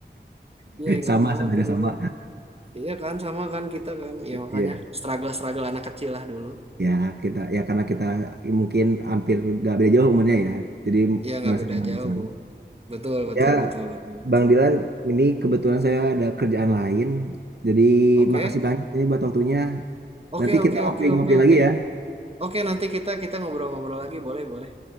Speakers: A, on the right (about 35°); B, on the right (about 65°).
A: Iya ingat
B: Sama
A: banget
B: sebenarnya
A: tuh dulu.
B: sama.
A: Iya kan sama kan kita kan. Ya makanya
B: Iya.
A: struggle-struggle anak kecil lah dulu.
B: Ya, kita ya karena kita mungkin hampir gak beda jauh umurnya ya. Jadi
A: Iya nggak
B: ngerasain
A: beda
B: hal
A: jauh.
B: yang sama.
A: Betul betul
B: Ya,
A: betul betul betul.
B: Bang Dilan, ini kebetulan saya ada kerjaan lain. Jadi
A: Oke.
B: makasih banyak ini buat waktunya.
A: Oke
B: Nanti
A: oke
B: kita ngopi-ngopi
A: oke oke
B: lagi
A: oke.
B: ya.
A: Oke nanti kita kita ngobrol-ngobrol lagi boleh boleh.